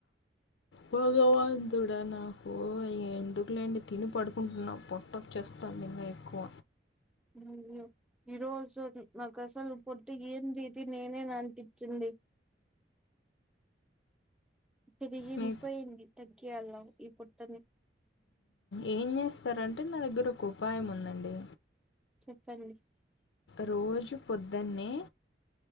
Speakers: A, on the left; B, in the centre.
A: భగవాతుడా నాకు ఎందుకులెండి తిని పడుకుంట్నప్ప వచ్చేస్తోంది ఇంగా ఎక్కువ
B: అయ్యౌ ఈరోజు అది నాకఅస్సలు పోట్టిగేందిది నేనేన అన్పిచ్చింది పెరిగిన్పోయింది
A: మీ
B: తగ్గియల్లా ఇ పొట్టని
A: ఏం జెస్తారంటే నాదగ్గర ఒకఉపాయం ఉందండి
B: చెప్పండి
A: రోజు పొద్దన్నే